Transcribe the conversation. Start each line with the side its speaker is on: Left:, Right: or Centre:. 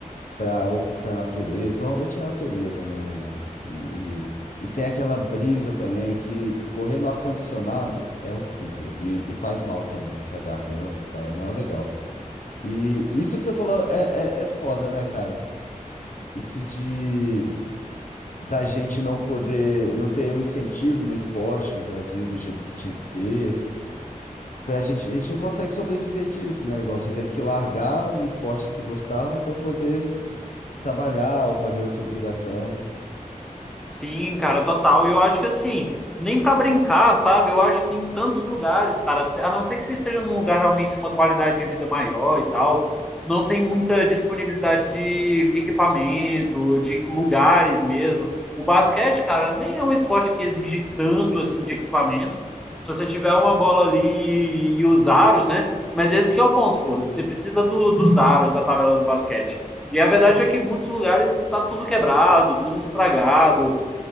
Left: para para natureza. Normalmente é natureza, né? E, e, e, e tem aquela brisa também que correr no ar-condicionado é horrível e, e faz mal também pra garganta e tal, não é legal. E isso que você falou é, é, é foda, né, cara? Isso de da gente não poder, não ter o incentivo no esporte no Brasil do jeito que tinha que ter. Pra gente, a gente não consegue sobreviver disso, né? Igual você teve que largar o esporte que você gostava para poder trabalhar ou fazer outra obrigação.
Centre: Sim, cara, total. E eu acho que assim, nem pra brincar, sabe? Eu acho que em tantos lugares, cara, se- a não ser que você esteja num lugar realmente de uma qualidade de vida maior e tal, não tem muita disponibilidade de equipamento, de lugares mesmo. O basquete, cara, nem é um esporte que exige tanto assim de equipamento. Se você tiver uma bola ali e, e os aros, né? Mas esse que é o ponto, pô. Você precisa do- dos aros da tabela do basquete. E a verdade é que em muitos lugares está tudo quebrado, tudo estragado,